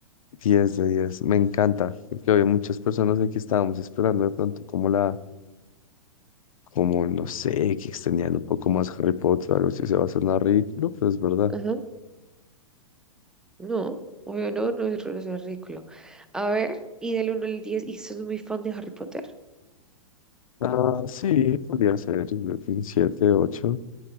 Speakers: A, on the left; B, in the centre.
A: 10 de 10. Me encanta, porque había muchas personas de que estábamos esperando de pronto como la, como no sé, que extendían un poco más Harry Potter, algo así se va a sonar ridículo, pero es verdad.
B: Ajá. No, obvio, no, no, es no es ridículo. A ver, y del uno al 10 ¿y sos muy fan de Harry Potter?
A: Ah, sí, podría ser, yo creo que un 7, 8.